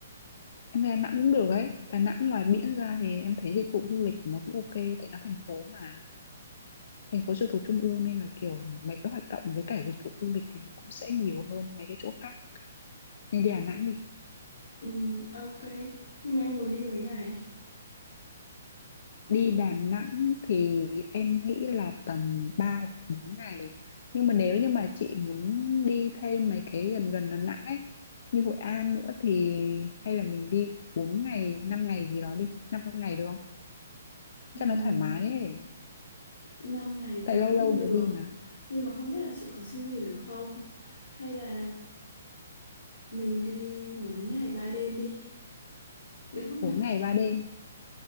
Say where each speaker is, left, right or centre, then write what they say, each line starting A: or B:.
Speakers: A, on the left; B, on the left.
A: Em về Đà Nẵng cũng được ấy. Đà Nẵng ngoài biển ra thì em thấy dịch vụ du lịch của nó cũng ok, tại nó thành phố mà. Thành phố trực thuộc trung ương nên là kiểu mấy cái hoạt động với cả dịch vụ du lịch thì nó cũng sẽ nhiều hơn mấy cái chỗ khác. Nên đi Đà Nẵng đi.
B: Ừm, ok nhưng mà em muốn đi mấy ngày
A: Đi Đà Nẵng thì em nghĩ là tầm 3 hoặc 4 ngày. Nhưng mà nếu như mà chị muốn đi thêm mấy cái gần gần Đà Nẵng ấy, như Hội An nữa thì hay là mình đi 4 ngày, 5 ngày gì đó đi. năm ngày được không?
B: Ừm,
A: Cho nó thoải mái ấy.
B: 5 ngày thì
A: Tại lâu
B: cũng
A: lâu mới
B: được
A: đi mà.
B: nhưng mà không biết là chị có xin nghỉ được không hay là mình đi 4 ngày 3 đêm đi được không nhở
A: bốn ngày ba đêm